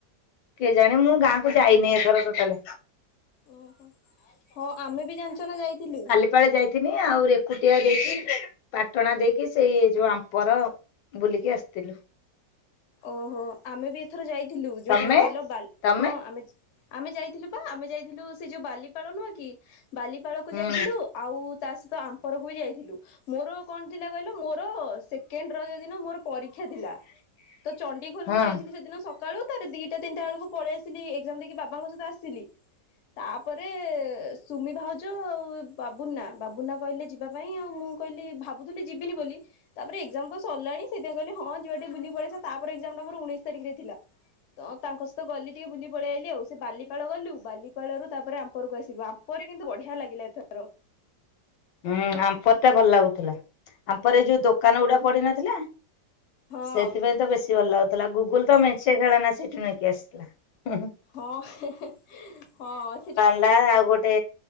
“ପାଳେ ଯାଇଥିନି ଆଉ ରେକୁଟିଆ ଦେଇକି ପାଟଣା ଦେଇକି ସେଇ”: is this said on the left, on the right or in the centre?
Left